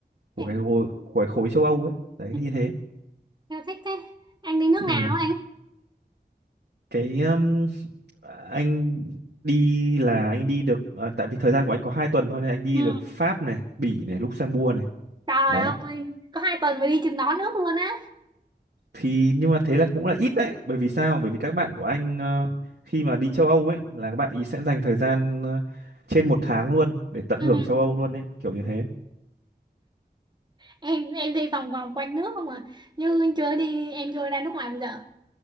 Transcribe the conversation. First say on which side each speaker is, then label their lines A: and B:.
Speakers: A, on the right; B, on the right.
A: của
B: Em,
A: cái khối của cái khối châu Âu ấy đấy
B: ừ,
A: như thế
B: em thích thế. Anh đi nước
A: Ừm,
B: nào anh?
A: cái um, anh đi là anh đi được à, tại vì thời gian của anh có hai tuần thôi nên anh đi
B: Ừ,
A: được Pháp này Bỉ này Luxembourg này
B: trời
A: đấy
B: ơi, có hai tuần mới đi chừng đó nước luôn á.
A: thì nhưng mà thế là cũng là ít đấy bởi vì sao bởi vì các bạn của anh ờ, khi mà đi châu Âu ấy là các bạn ý sẽ dành thời gian ờ, trên một tháng luôn để tận
B: Ừ,
A: hưởng châu Âu luôn ấy kiểu như thế
B: em em đi vòng vòng quanh nước không à, như chưa đi, em chưa ra nước ngoài bây giờ.